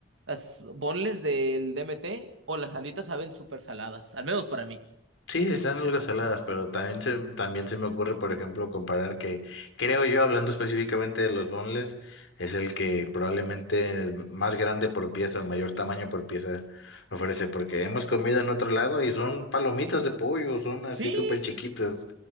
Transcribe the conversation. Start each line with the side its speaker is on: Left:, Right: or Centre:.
Right: las bonles del DMT o las alitas saben súper saladas, al menos para mí.
Left: Sí, están algo saladas, pero también se, también se me ocurre, por ejemplo, comparar que, creo yo, hablando específicamente de los boneless, es el que probablemente más grande por pieza o mayor tamaño por pieza ofrece, porque hemos comido en otro lado y son palomitas de pollo, son así
Right: Sí,
Left: súper chiquitas.